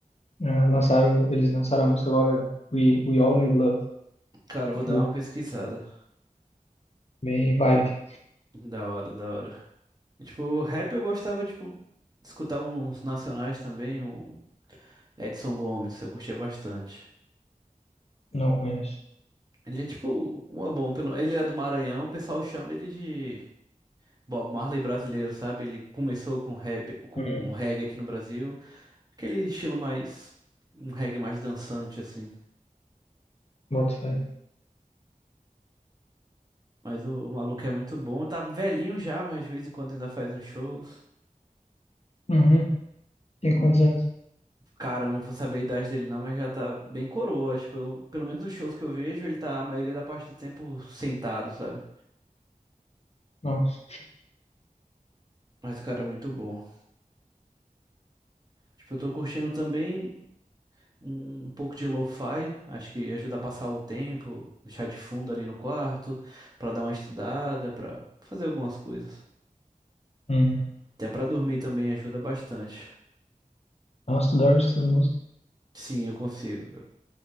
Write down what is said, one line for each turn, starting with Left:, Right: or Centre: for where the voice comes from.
Left: Ah, Lançaram, eles lançaram a música agora, We, We All Need Love.
Right: Cara, eu
Left: Muito
Right: vou dar
Left: boa.
Right: uma pesquisada.
Left: Bem vibe.
Right: Da hora, da hora. E, tipo, rap eu gostava, tipo, de escutar uns nacionais também, um Edson Gomes, eu curtia bastante.
Left: Não conheço.
Right: Ele é tipo uma bom, pelo ele é do Maranhão, o pessoal chama ele de Bob Marley brasileiro, sabe? Ele começou com rap, com
Left: Hum.
Right: o reggae aqui no Brasil, aquele estilo mais um reggae mais dançante assim.
Left: Boto fé.
Right: Mas o maluco é muito bom, tá velhinho já, mas de vez em quando ainda faz uns shows.
Left: Uhum. Tem quantos anos?
Right: Cara, eu não vou saber a idade dele não, mas já tá bem coroa. Tipo, eu- pelo menos os shows que eu vejo, ele tá a maioria da parte do tempo sentado, sabe?
Left: Nossa.
Right: Mas o cara é muito bom. Tipo, eu tô curtindo também um, um pouco de lo-fi. Acho que ajuda a passar o tempo, deixar de fundo ali no quarto, pra dar uma estudada, pra fazer algumas coisas.
Left: Hum.
Right: Até pra dormir também ajuda bastante.
Left: Nossa, tu dorme escutando música.
Right: Sim, eu consigo.